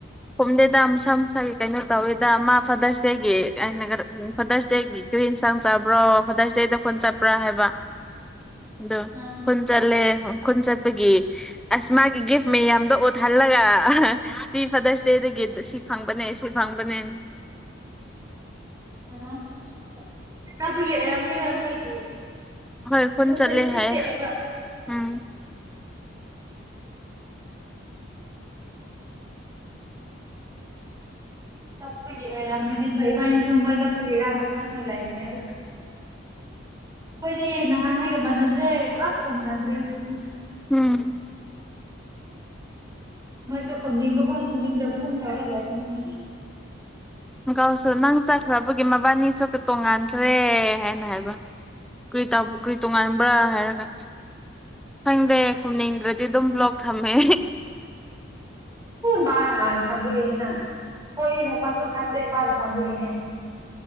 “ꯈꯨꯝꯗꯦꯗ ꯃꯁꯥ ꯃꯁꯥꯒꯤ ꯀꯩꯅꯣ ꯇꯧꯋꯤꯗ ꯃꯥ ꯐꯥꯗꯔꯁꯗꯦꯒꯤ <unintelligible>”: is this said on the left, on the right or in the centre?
Centre